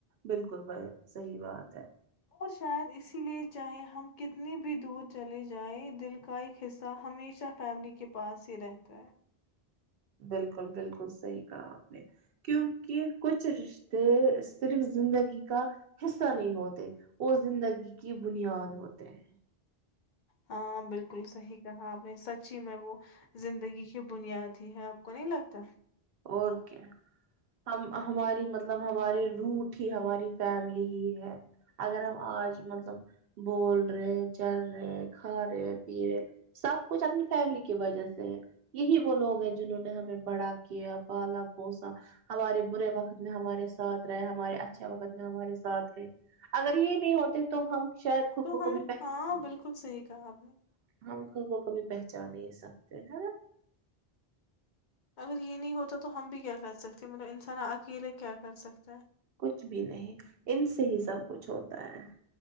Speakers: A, on the right (about 70°); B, on the left (about 55°).
A: بالکل ب صحی بات ہے
B: اور شاید اسی لیے چاہے ہم کتنی بھی دور چلے جائیں دل کا ایک حصہ ہمیشہ فیملی کے پاس ہی رہتا ہے
A: بالکل بالکل صحی کہا آپ نے کیونکہ کچھ رشتے صرف زندگی کا حصہ نہیں ہوتے وہ زندگی کی بنیاد ہوتے ہیں
B: ہاں بالکل صحی کہا آپ نے سچ ہی میں وہ زندگی کی بنیاد ہی ہے آپ کو نہیں لگتا
A: اور کیا ہم ہماری مطلب ہماراری روٹ ہی ہماری فیملی ہی ہے اگر ہم آج مطلب بول رہے ہیں چل رہے ہیں کھا رہے پی رہے سب کچھ اپنی فیملی کی وجہ سے ہے یہی وہ لوگ ہیں جنہوں نے ہمیں بڑا کیا پالا پوسا ہمارے برے وقت میں ہمارے ساتھ رہے ہمارے اچھے وقت میں ہمارے ساتھ رہے اگر یہ نہیں ہوتے تو ہم شاید خو
B: تو
A: کو
B: ہم
A: کبھی پ
B: ہاں بالکل صحیح کہا آپ نے
A: ہم کو کبھی پہچانے س ہاں
B: اگر یہ نہیں ہوتا تو ہم بھی کیا کر سکتے مطلب انسان اکیلے کیا کر سکتا ہے
A: کچھ بھی نہیں ان سے ہی سب کچھ ہوتا ہے